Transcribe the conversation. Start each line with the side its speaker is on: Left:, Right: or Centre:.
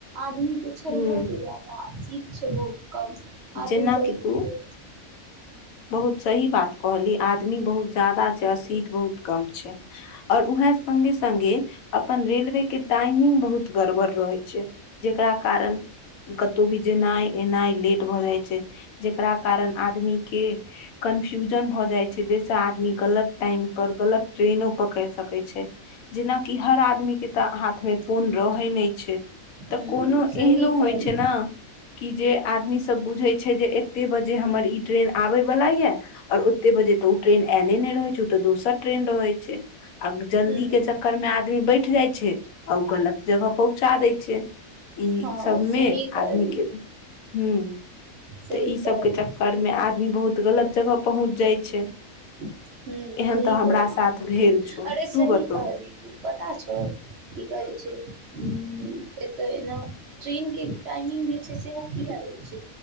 Right: आदमी जे छै
Left: हूँ
Right: बहुते जादा आ सीट छै बहुत कम आदमी
Left: जेनाकि
Right: सब इम्हर
Left: तू
Right: के
Left: बहुत सही बात कहली आ आदमी बहुत जदा छै औ सीट बहुत कम छै और उहै संघे संघे अपन रेलवे के टाइमिंग बहुत गड़बड़ रहै छै जेकरा कारण कतौ भी जेनाइ एनाइ लेट भऽ जाइ छै जेकरा कारण आदमी के कन्फ्यूजन भ जाय छै जैसे आदमी गलत टाइम पर गलत ट्रेनो पकड़ सक छै जेनाकि हर आदमीके तऽ हाथमे फोन रहै नहि छै तऽ
Right: ह
Left: कोनो
Right: सही
Left: एहनो
Right: कहलू
Left: होइ छै न कि जे आदमी सब बुझे छै जे एते बजे हमर ई ट्रेन आबे वला यै और ओते बजे तऽ ओ ट्रेन आयले नहि रहैत छै ओ तऽ दोसर ट्रेन रहै छै आ जल्दी
Right: हूँ
Left: के चक्करमे आदमी बैठ जाइ छै आ ओ गलत जगह पहुँचा दै छै ई
Right: हँ
Left: सबमे
Right: सही कहली
Left: आदमी के हुं
Right: सही
Left: तऽ ई
Right: कहली
Left: सबके चक्कर मे आदमी बहुत गलत जगह पहुँच जाइ छै
Right: हूं
Left: एहन
Right: सही
Left: तऽ हमरा
Right: कहलही
Left: साथ
Right: तू
Left: भेल छौ
Right: अरे
Left: तू
Right: सही
Left: बतो
Right: कहलही तू पता छौ की कर छै <unintelligible> एतऽ एना ट्रेन के टाइमिंग जे छै सेहो किया होय छै